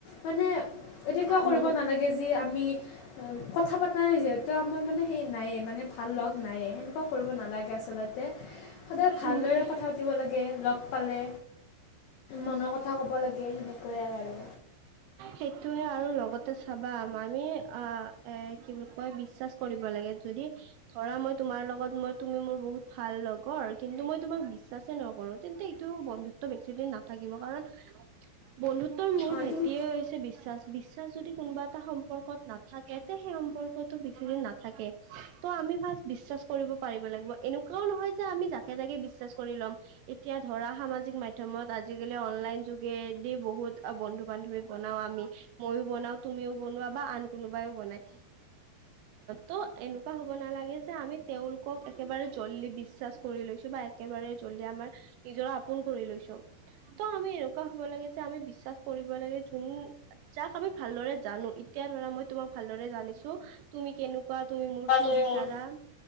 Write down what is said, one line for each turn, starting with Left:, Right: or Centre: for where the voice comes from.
Left: মানে এনেকুৱা কৰিব
Right: উম
Left: নালাগে যি আমি কথা পাতা নাই যিহেতু তো আমাৰ মানে সেই নায়েই মানে ভাল লগ নায়েই। সেনেকুৱা কৰিব নালাগে আচলতে। সদায় ভালদৰে
Right: উম
Left: কথা পাতিব লাগে। লগ পালে মনৰ কথা ক'ব লাগে। সেইয়াই আৰু।
Right: সেইটোৱে আৰু লগতে চাবা আমি আহ এ কি বুলি কয় বিশ্বাচ কৰিব লাগে। যদি ধৰা মই তোমাৰ লগত মই তুমি মোৰ বহুত ভাল লগৰ, কিন্তু মই তোমাক বিশ্বাচে নকৰো কৰো তেন্তে এইটো বন্ধুত্ব বেছি দিন নাথাকিব। কাৰণ বন্ধুত্বৰ মূল
Left: হয়
Right: ভেটিয়ে
Left: তুমি
Right: হৈ বিশ্বাচ, বিশ্বাচ যদি কোনোবা এটা সম্পৰ্কত নাথাকে তে সেই সম্পৰ্কটো বেছিদিন নাথাকে। ত আমি ফাৰ্ষ্ট বিশ্বাচ কৰিব পাৰিব লাগিব। এনেকুৱাও নহয় যে আমি যাকে তাকে বিশ্বাস কৰি ল'ম। এতিয়া ধৰা সামাজিক মাধ্যমত আজিকালি অনলাইন যোগেদি বহুত বন্ধু বান্ধৱী বনাও আমি। মইও বনাও, তুমিও বনোৱা বা আন কোনোবাইও বনাই। ত এনেকুৱা হব নালাগে যে আমি তেওঁলোকক একেবাৰে জল্দি বিশ্বাচ কৰি লৈছো বা একেবাৰে জলদি আমাৰ নিজৰ আপোন কৰি লৈছো। ত আমি এনেকুৱা হব লাগে যে আমি বিশ্বাচ কৰিব লাগে যোন যাক আমি ভালদৰে জানো। এতিয়া ধৰা মই তোমাক ভালদৰে জানিছো তুমি কেনেকু কোৱা, তুমি মোৰ কি
Left: তুমি
Right: বিচাৰা?
Left: মোৰ